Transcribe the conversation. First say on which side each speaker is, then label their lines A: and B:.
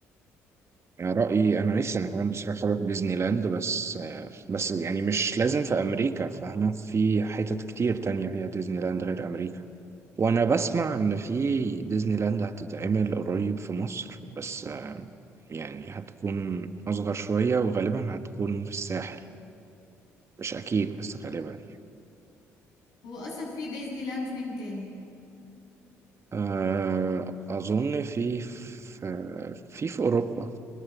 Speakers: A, on the right (about 40°); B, on the left (about 65°).
A: يعني رايي انا نفسي انا كمان بصراحه اروح ديزني لاند بس آه، بس يعني مش لازم في امريكا فاهمه في حتت كتير تانية فيها ديزني لاند غير امريكا وانا بسمع ان في ديزني لاند هتتعمل قريب في مصر بس آه، يعني هتكون اصغر شوية وغالبا هتكون في الساحل مش اكيد بس غالبا
B: هو اصلا في ديزني لاند فين تاني
A: آه، اظن في في في في اوروبا